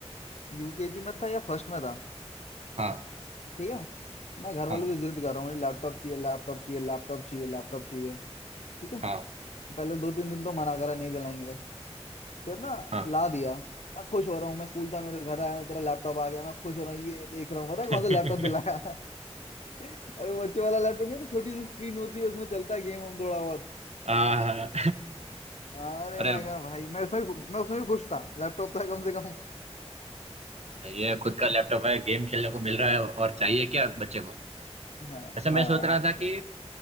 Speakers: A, on the left (about 80°); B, on the right (about 70°).
A: यूकेजी में था या फर्स्ट में था
B: हाँ
A: ठीक है मैं घर वालों
B: हाँ
A: से जिद कर रहा हूँ लैपटॉप चाहिए लैपटॉप चाहिए लैपटॉप चाहिए लैपटॉप चाहिए ठीक है
B: हाँ
A: पहले दो तीन दिन तो मना करा नहीं दिलाएंगे फिर ना
B: हाँ
A: ला दिया मैं खुश हो रहा हूँ मैं स्कूल था मेरे घर आया हूँ तेरा लैपटॉप आ गया मैं खुश हो रहा हूँ ये देख रहा हूँ पता
B: <laughs>
A: है कौन सा लैपटॉप दिलाया <laughs> अरे वो बच्चों वाला लैपटॉप नहीं तो छोटी सी स्क्रीन होती है उसमें चलता है गेम हम थोड़ा बहुत
B: हाँ
A: अरे
B: अरे
A: मैं कहा भाई मैं उसमें भी- मैं उसमें भी खुश था लैपटॉप था कम से कम
B: सही है खुद का लैपटॉप है गेम खेलने को मिल रहा है और चाहिए क्या बच्चे को
A: हाँ
B: ऐसे मैं
A: हाँ
B: सोच रहा था कि